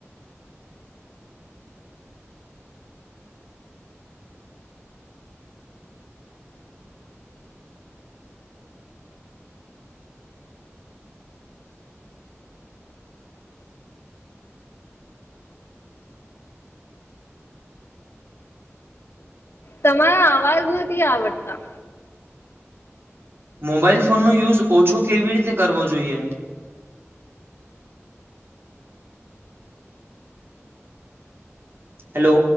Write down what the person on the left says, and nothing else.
તમારા અવાજ નથી આવડતા